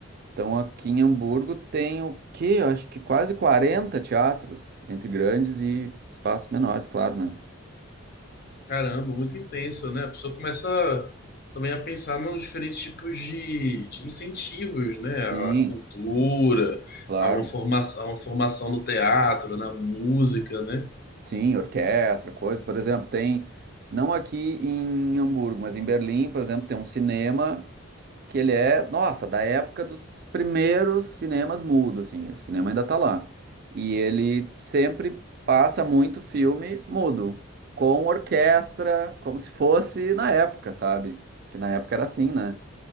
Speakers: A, on the right; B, on the left.
A: Então aqui em Hamburgo tem o quê? Eu Acho que quase 40 teatros, entre grandes e espaços menores, claro, né?
B: Caramba, muito intenso, né? A pessoa começa também a pensar nos diferentes tipos de, de incentivos, né? A
A: Sim,
B: cultura,
A: claro.
B: a uma formação, a uma formação no teatro, na música, né?
A: Sim, orquestra, coisa. Por exemplo, tem, não aqui em Hamburgo, mas em Berlim, por exemplo, tem um cinema que ele é, nossa, da época dos primeiros cinemas mudo, assim, esse cinema ainda tá lá. E ele sempre passa muito filme mudo, com orquestra, como se fosse na época, sabe? Porque na época era assim, né?